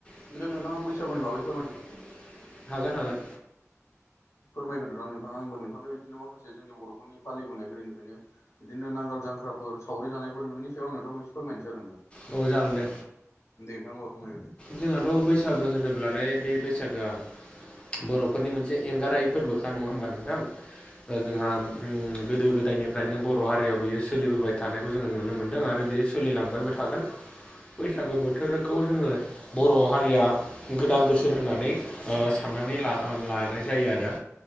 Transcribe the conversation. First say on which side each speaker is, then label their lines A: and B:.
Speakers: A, on the left (about 20°); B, on the left (about 60°).
A: <unintelligible>
B: दा नोंथाङा बैसागुनि बागै
A: हागोन हागोन।
B: फोरमायग्रोदां नोंथां आंबो नोंथांनो बिदिनो माखासे जोंनि बर'फोरनि फालिबोनाय गोदोनिफ्रायनो बिदिनो नांगोल जांख्राफोर सावरि जानायफोर बिनि सायाव नोंथांखौ एसे फोरमायनोसै आरो नोंथां।
A: औ जागोन दे
B: <unintelligible> दे नोंथां <unintelligible>
A: जोंहाथ' बैसागो होनोब्लालाय बे बैसागोआ बर'फोरनि मोनसे एंगारायै फोरबोखा नङा होमबा नोंथां? ओ जोंहा गोदो गोदायनिफ्रायनो बर' हारियाव बियो सोलिबोबाय थानायखौ जोङो नुनो मोनदों आरो बे सोलिलांबायबो थागोन बैसागो बोथोरखौ जोङो बर' हारिया गोदान बोसोर होननानै सान नानै लानाय जायो आरो